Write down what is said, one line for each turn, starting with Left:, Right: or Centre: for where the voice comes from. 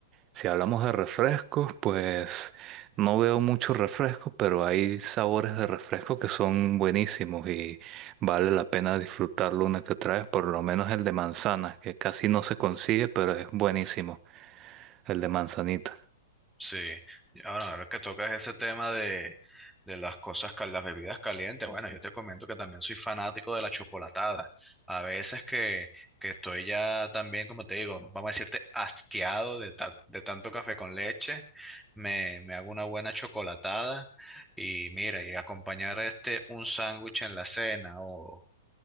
Right: si hablamos de refrescos, pues no veo muchos refrescos, pero hay sabores de refresco que son buenísimos y vale la pena disfrutarlo una que otra vez, por lo menos el de manzana, que casi no se consigue, pero es buenísimo, el de manzanita.
Centre: Sí, y ahora a ver que tocas ese tema de, de las cosas, cal- las bebidas calientes. Bueno, yo te comento que también soy fanático de la chocolatada. A veces que, que estoy ya también, como te digo, vamos a decirte, asqueado de, ta- de tanto café con leche, me, me hago una buena chocolatada y mira, y acompañar este un sándwich en la cena o,